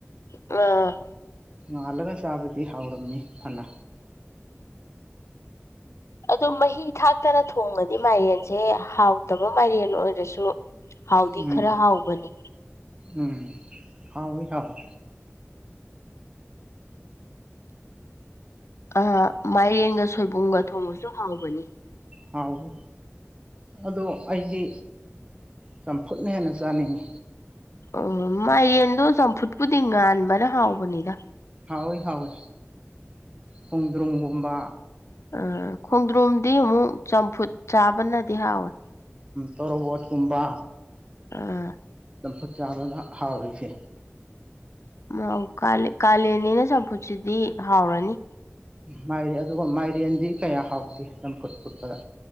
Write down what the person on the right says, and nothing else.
ꯉꯥꯜꯂꯒ ꯆꯥꯕꯗꯤ ꯍꯥꯎꯔꯝꯃꯤ ꯐꯅ
ꯎꯝ
ꯎꯝ ꯍꯥꯎꯦ ꯍꯥꯎꯦ
ꯍꯥꯎꯏꯤ ꯑꯗꯣ ꯑꯩꯗꯤ ꯆꯝꯐꯨꯠꯅ ꯍꯦꯟꯅ ꯆꯥꯅꯤꯡꯉꯤ
ꯍꯥꯎꯋꯏ ꯍꯥꯎꯋꯤ ꯈꯣꯡꯗ꯭ꯔꯣꯡꯒꯨꯝꯕ
ꯇꯣꯔꯣꯕꯣꯠꯀꯨꯝꯕ
ꯆꯝꯐꯨꯠ ꯆꯥꯕꯗ ꯍꯥꯎꯔꯤꯁꯦ
ꯃꯥꯏꯔꯦ ꯑꯗꯨꯒ ꯃꯥꯏꯔꯦꯟꯗꯤ ꯀꯌꯥ ꯍꯥꯎꯇꯦ ꯆꯝꯐꯨꯠ ꯐꯨꯠꯄꯗ